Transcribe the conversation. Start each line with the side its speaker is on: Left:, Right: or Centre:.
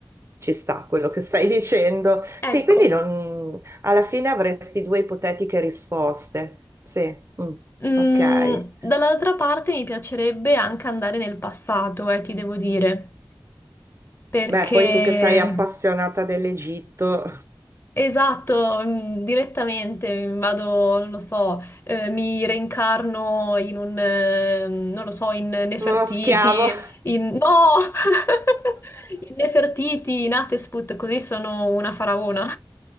Right: ci sta quello che stai <laughs> dicendo.
Left: Ecco.
Right: Sì, quindi non- alla fine avresti due ipotetiche risposte. Sì, mm,
Left: Mm,
Right: ok.
Left: dall'altra parte mi piacerebbe anche andare nel passato, eh, ti devo dire, perché
Right: Beh, poi tu che sei appassionata dell'Egitto,
Left: esatto, mm, direttamente mm, vado, non lo so, eh, mi reincarno in un, eh, non lo so, in Nefertiti,
Right: <laughs> uno schiavo. <laughs>
Left: in... No! <laughs> In Nefertiti, in Hatshepsut, così sono una faraona.